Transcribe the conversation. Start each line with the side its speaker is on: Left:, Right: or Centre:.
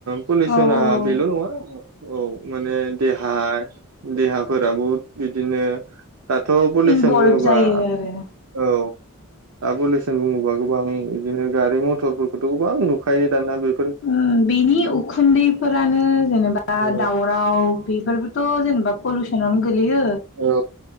Right: पलिउसना
Left: औ औ
Right: बेल नङा औ माने देहा देहाफोराबो बिदिनो दाथ पलिसन
Left: इनभल्भ
Right: बुङोबा
Left: जायो आरो
Right: औ पुलिसनि बुङोबा गोबां बिदिनो गारि मथरफोरखौथ गोबां नुखायो दाना बे
Left: बेनि उखुन्दैफोरानो जेनेबा
Right: औ
Left: दावराव बेफोरबोथ जेनेबा पलुसनावनो गो लैयो
Right: औ